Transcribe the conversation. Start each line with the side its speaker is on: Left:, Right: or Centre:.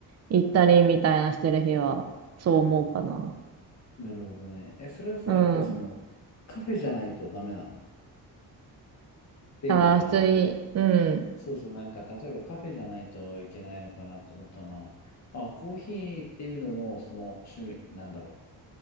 Right: 行ったりみたいなしてる日は、そう思うかな。
Left: なるほどね。え、それはさ、
Right: うん。
Left: やっぱりそのカフェじゃないとダメなのっていうのが、
Right: ああ、普通に、うん。
Left: そうそう、なんか例えばカフェじゃないといけないのかなって思ったのは、あ、コーヒーっていうのもその趣味、なんだろう、